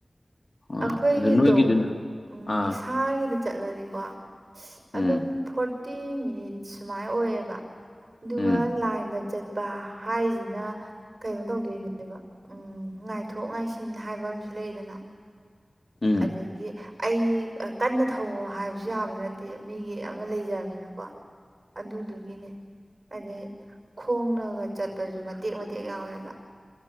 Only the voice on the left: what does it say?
ꯍꯣꯏ
ꯑꯗꯨ ꯅꯣꯏꯒꯤꯗꯨꯅ
ꯑꯥ
ꯎꯝ
ꯎꯝ
ꯎꯝ